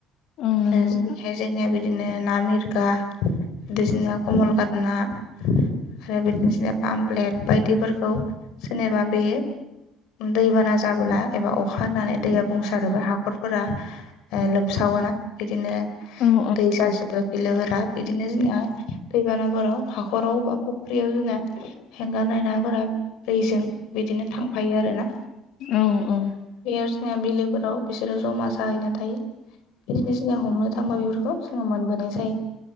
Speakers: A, on the left; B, on the left.
A: औ नंगौ
B: जेरैहाय जोंनिया बिदिनो ना मिरगा बिदिनो कमलखाथ ना आरो बिदिनो जोंनिया पाम प्लेट बायदिफोरखौ जेनेबा बे दैबाना जाबोला एबा अखा हानानै दैया बुंसारोब्ला हाखरफोरा लोमसावोना बिदिनो
A: औ औ
B: दै जाजोबो बिदिनो जोंनिया दैबानाफोराव हाखराव बा फुख्रियाव जोंना हेंगार नाय नाफोरा दैजों बिदि बिदिनो थांफायो आरो ना
A: औ औ
B: बेयाव जोंनिया बिलोफोराव बिसोरो जमा जाहैना थायो बिदिनो जोंनिया हमनो थांबा बेफोरखौ जोङो मोनबोनाय जायो